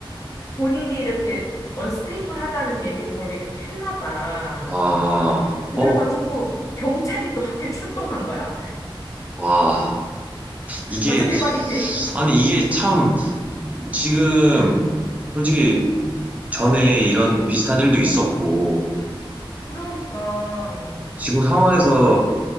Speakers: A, on the left; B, on the right.
A: 본인이 이렇게 언스테이블하다는 얘기를 원래 이렇게 했나 봐.
B: 아,
A: 그래가지고
B: 어,
A: 경찰이 또 학교에 출동한 거야.
B: 와. 이게,
A: 완전 대박이지?
B: 아니, 이게 참, 지금, 솔직히, 전에 이런 비슷한 일도 있었고,
A: 그러니까
B: 지금 상황에서